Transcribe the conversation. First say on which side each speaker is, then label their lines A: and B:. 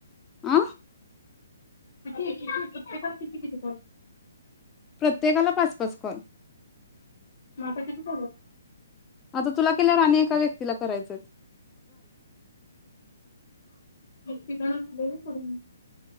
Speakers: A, on the left (about 15°); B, on the left (about 55°).
A: आं
B: किती किती किती पण किती किती कॉल
A: प्रत्येकाला पाच पाच कॉल
B: म आता किती झाल्यात
A: आता तुला केल्यावर आणि एका व्यक्तीला करायचयेत
B: तिघ जण झाले होय <inaudible>